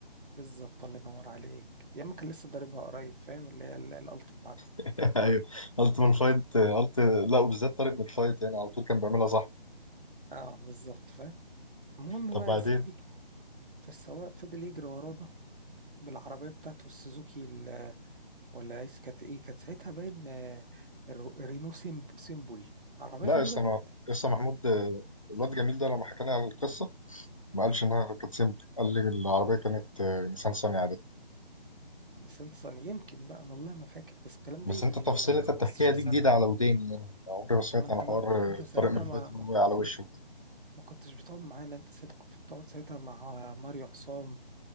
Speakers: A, on the right; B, on the left.
A: بالظبط الله ينور عليك يا إما كان لسه ضاربها قريب فاهم اللي هي ال- الألت بتاعته
B: <laughs> ايوه الت من الفايت الت لا وبالذات طارق من الفايت يعني على طول كان بيعملها صح
A: أه بالظبط فاهم المهم
B: طب
A: بقى
B: بعدين
A: يا سيدي فالسواق فضل يجري ورانا بالعربية بتاعته السوزوكي ال- ولا إيه كانت إيه كانت ساعتها باين آه، رو- رينو سيمب- سيمبل عربية
B: لا
A: غريبة
B: لسه
A: جدا
B: انا لسه محمود آه، الواد جميل ده لما حكى لي على القصه ما قالش انها كانت سيمبل قال لي العربيه كانت آه، نيسان صني عادي
A: نيسان صني يمكن بقى أنا والله ما فاكر بس الكلام
B: بس
A: ده يجي
B: انت
A: من
B: التفاصيل
A: من
B: اللي
A: 15
B: انت بتحكيها دي
A: سنة
B: جديدة على وداني يعني عمري ما سمعت
A: ما انت
B: عن حوار
A: ما انت ساعتها
B: طارق من الفوات
A: ما
B: انه
A: ما
B: وقع على وشه وكده
A: ما كنتش بتقعد معانا انت ساعتها كنت بتقعد ساعتها مع ماريو عصام